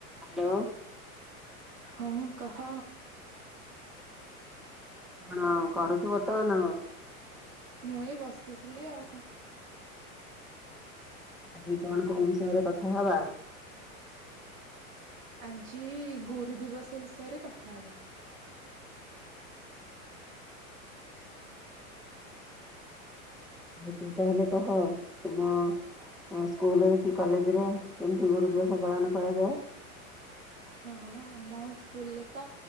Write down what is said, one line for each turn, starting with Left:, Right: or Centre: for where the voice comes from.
Centre: ହ୍ୟାଲୋ
Right: ହଁ କହ।
Centre: କଣ କରୁଛ ବର୍ତ୍ତମାନ?
Right: ମୁଇଁ ବସିଥିଲି ଆଉ।
Centre: ଆଜି କଣ କୋଉ ବିଷୟରେ କଥା ହବା।
Right: ଆଜି ଗୁରୁ ଦିବସ ବିଷୟରେ କଥା ହବା।
Centre: ତୁ ତାହେଲେ କହ ତୁମ ସ୍କୁଲରେ କି କଲେଜ ରେ କେମତି ଗୁରୁ ଦିବସ ପାଳନ କରାଯାଏ।
Right: ହଁ ଆମ ସ୍କୁଲରେ ତ